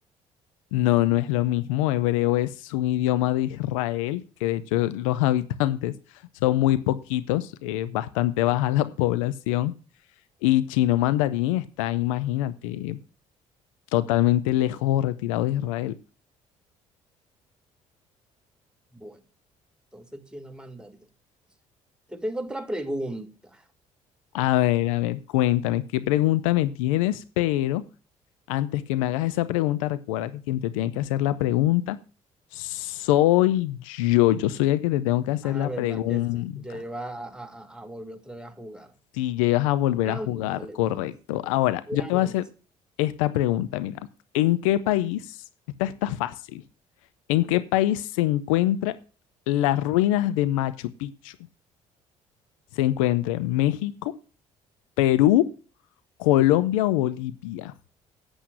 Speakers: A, on the left (about 75°); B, in the centre.
A: No, no es lo mismo. Hebreo es un idioma de Israel, que de hecho <laughs> los habitantes son muy poquitos, eh, bastante baja la población. Y chino mandarín está, imagínate, totalmente lejos o retirado de Israel.
B: Bueno, entonces chino mandarín. Te tengo otra pregunta.
A: A ver, a ver, cuéntame, ¿qué pregunta me tienes? Pero antes que me hagas esa pregunta, recuerda que quien te tiene que hacer la pregunta soy yo. Yo soy el que te tengo que hacer
B: Ah,
A: la
B: verdad
A: pregunta.
B: que sí. Ya iba a, a, a- a volver otra vez a jugar.
A: si llegas a volver
B: Ándale,
A: a jugar, correcto.
B: pues.
A: Ahora,
B: Lanz-
A: yo te voy a hacer esta pregunta, mira, ¿en qué país, esta está fácil, ¿en qué país se encuentran las ruinas de Machu Picchu? ¿Se encuentra en México, Perú, Colombia o Bolivia?